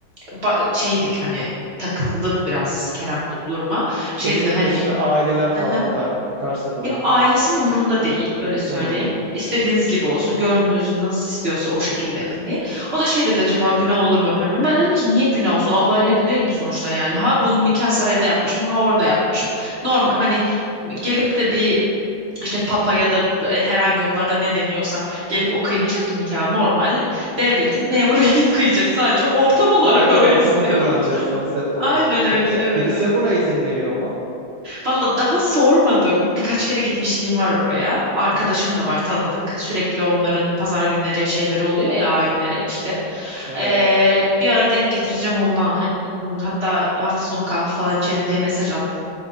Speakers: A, on the right (about 45°); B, on the right (about 75°).
A: ba- şeydik hani takıldı biraz Kerem bu duruma. Şey
B: Kesinlikle
A: dedi hani
B: şimdi
A: bir
B: aileler falan
A: Aha.
B: da bakarsa duruma.
A: ya ailesinin umurunda değil öyle söyleyeyim.
B: Hı.
A: İstediğiniz gibi olsun gönlünüz nasıl istiyorsa o şekilde yapın diye. O da şey dedi acaba günah olur mu? bilmem. Ben dedim ki niye günah olsun? Allah'ın evi değil bu sonuçta yani. Ha bunu nikah sarayında yapmışım ha orada yapmışım. Normal hani gelip de bir işte papa ya da e, herhangi onlarda ne deniyorsa gelip o kıymayacak ki nikah. Normal devletin memuru <laughs> gelip kıyacak sadece ortam
B: Sadece
A: olarak orayı
B: ortamı
A: istiyorum.
B: kullanacağız konsept olarak.
A: Aynen öyle.
B: Peki
A: Evet
B: kilise
A: evet.
B: buna izin veriyor mu?
A: Valla daha sormadım. Birkaç kere gitmişliğim var oraya. Arkadaşım
B: Hı hı.
A: da var tanıdık. Sürekli onların pazar günleri şeyleri oluyor ya ayinleri işte.
B: Evet.
A: Ee, bir ara denk getireceğim onunla. Hani, hatta hafta sonu kahve falan içelim diye mesaj attım.